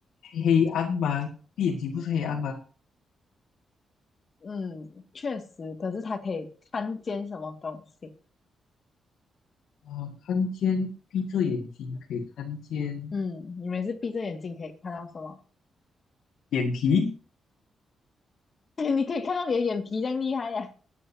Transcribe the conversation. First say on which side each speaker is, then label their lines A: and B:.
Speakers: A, on the left (about 80°); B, on the left (about 45°).
A: 黑暗吗？闭眼睛不是黑暗吗？
B: 嗯，确实，可是它可以看见什么东西？
A: 啊、看见闭着眼睛可以看见
B: 嗯，你们是闭着眼睛可以看到什么？
A: 眼皮。
B: <laughs> 你可以看到你的眼皮这样厉害呀、